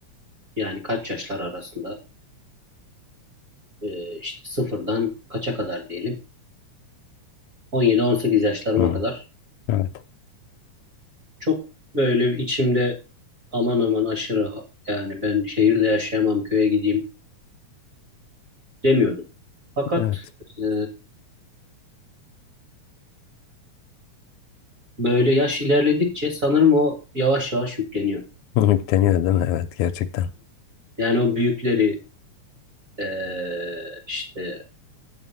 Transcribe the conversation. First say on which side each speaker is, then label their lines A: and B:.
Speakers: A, on the right; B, on the left.
A: Yani kaç yaşlar arasında e, işte sıfırdan kaça kadar diyelim. 17-18 yaşlarıma
B: Hı.
A: kadar
B: Evet.
A: çok böyle bir içimde aman aman aşırı ha- yani ben şehirde yaşayamam köye gideyim demiyordum. Fakat
B: Evet.
A: e, böyle yaş ilerledikçe sanırım o yavaş yavaş yükleniyor.
B: <laughs> deniyor değil mi? Evet gerçekten.
A: Yani o büyükleri e, işte